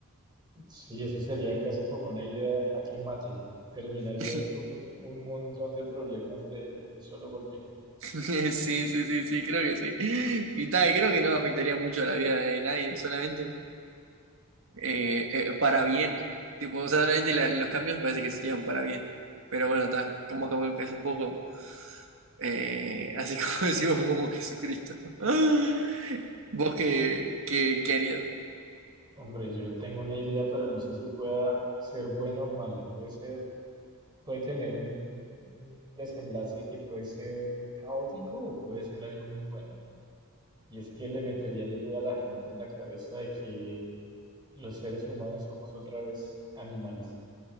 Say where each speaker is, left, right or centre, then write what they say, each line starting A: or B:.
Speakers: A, on the right; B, on the right.
A: Sí, eso sería casi como una idea de jaque mate. Terminarías
B: <laughs>
A: con un montón de problemas de, de un solo golpe.
B: Sí, sí, sí, sí, creo que sí. Y tal, creo que no afectaría mucho a la vida de nadie, solamente. eh, eh, para bien. Tipo, o sea, realmente la- los cambios me parece que serían para bien. Pero bueno, está, como como que es un poco, eh, así <laughs> como decimos, como Jesucristo. <laughs> ¿Vos qué, qué, qué harías?
A: Hombre, yo tengo una idea, pero no sé si pueda ser buena o mala. Puede ser Puede tener un, un- un desenlace que puede ser caótico o puede ser algo muy bueno. Y es que le metería la idea a la gente en la cabeza de que los seres humanos somos otra vez animales.